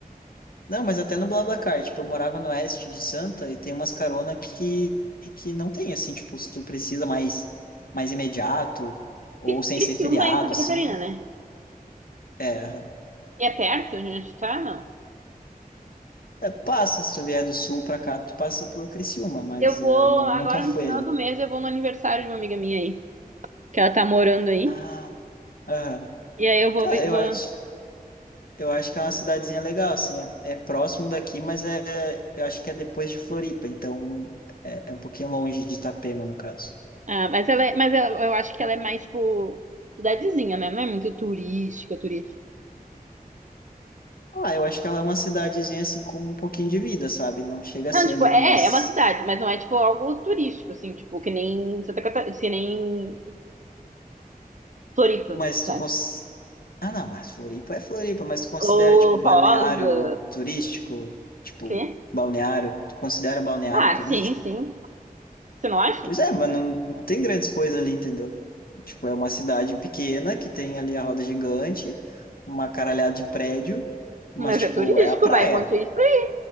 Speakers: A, on the left; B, on the right.
A: né? Não, mas até no BlaBlaCar, tipo, eu morava no oeste de Santa e tem umas carona que, que não tem, assim, tipo, se tu precisa mais, mais imediato
B: Porque
A: ou sem
B: Criciúma
A: ser feriado,
B: é em Santa
A: assim.
B: Catarina, né?
A: É,
B: E é perto onde a gente tá? Não.
A: É, passa, se tu vier do sul pra cá, tu passa por Criciúma, mas
B: Eu vou,
A: eh, nu-
B: agora
A: nunca foi
B: no final
A: ali.
B: do mês, eu vou no aniversário de uma amiga minha aí, que ela tá morando aí.
A: Ah, aham.
B: E aí eu vou,
A: Cara,
B: vi- vou...
A: eu acho, eu acho que é uma cidadezinha legal, assim, é, é próximo daqui, mas é, eu acho que é depois de Floripa, então é, é um pouquinho longe de Itapema, no caso.
B: Ah, mas ela é, mas ela- eu acho que ela é mais, tipo, cidadezinha, né? Não é muito turística, turística.
A: Ah, eu acho que ela é uma cidadezinha, assim, com um pouquinho de vida, sabe? Não chega
B: Não,
A: a ser
B: tipo,
A: ali,
B: é,
A: mas,
B: é é uma cidade, mas não é, tipo, algo turístico, assim, tipo, que nem Santa Catarina, que nem Floripa,
A: mas
B: sabe?
A: tu cons... Ah, não, mas Floripa é Floripa, mas tu considera,
B: Ou
A: tipo, balneário
B: Rosa,
A: turístico? Tipo,
B: quê?
A: balneário, tu considera balneário
B: Ah,
A: turístico?
B: sim, sim. Você não acha?
A: Pois é, mas não, não tem grandes coisas ali, entendeu? Tipo, é uma cidade pequena que tem ali a roda gigante, uma caralhada de prédio, mas,
B: Mas
A: tipo,
B: é turístico,
A: é a praia.
B: vai um monte de gente pra ir.